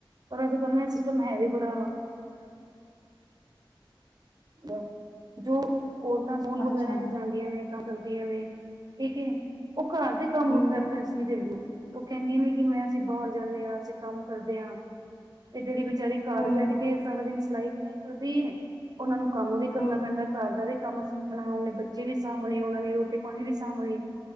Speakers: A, on the right; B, on the left.
A: ਪਰ ਅੱਜ- ਕੱਲ ਨਾ ਸਿਸਟਮ ਹੈ ਵੀ ਬੜਾ‌ ਵਾ ਬ ਜੋ ਔਰਤਾਂ ਫੋਨ ਵਗੈਰਾ
B: ਅੱਛਾ,
A: ਚ ਗਲ ਦੀਯਾ ਨੇ ਤਾ ਕਰਦੀਆਂ ਨੇ, ਠੀਕ ਏ ਉਹ ਘਰ ਦੇ ਕੰਮ
B: ਹੂੰ,
A: ਨੂੰ ਪ੍ਰ ਪ੍ਰੇਸ ਨਈ ਦੇਂਦਿਆਂ। ਉਹ ਕਹੰਦੀਯਾ ਨੇ ਕਿ ਮੈਂ ਤੇ ਬਾਹਰ ਜਾਂਨੀ ਆ ਤੇ ਕੰਮ ਕਰਦੇ ਆ। ਤੇ ਜੇੜੀ ਬਚਾਰੀ ਘਰ
B: ਹੂੰ,
A: ਬੈਠ
B: ਹੂੰ,
A: ਕੇ ਸਾਰਾ ਦਿਨ ਸਲਾਈ- ਕਢਈ ਕਰਦੀ ਏ ਉਨਾ ਨੂੰ ਕੰਮ ਵੀ ਕਰਨਾ
B: ਹੂੰ,
A: ਪੈਂਦੈ। ਘਰ ਦਾ ਵੀ ਕੰਮ ਸਾਂਭਣਾ ਉਨੇ, ਬੱਚੇ ਵੀ ਸਾਂਭਣੇ ਉਨਾਂ ਨੇ, ਰੋਟੀ ਪਾਣੀ ਵੀ ਸਾਂਭਣੀ।